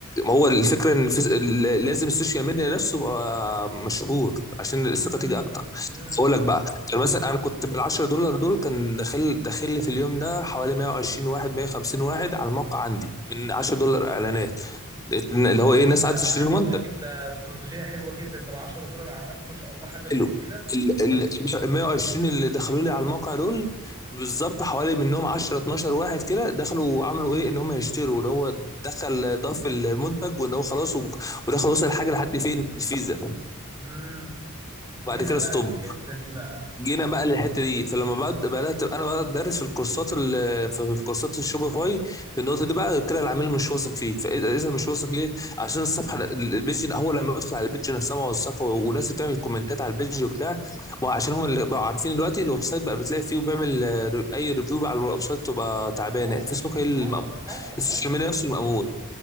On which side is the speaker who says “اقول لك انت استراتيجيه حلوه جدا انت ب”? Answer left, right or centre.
Right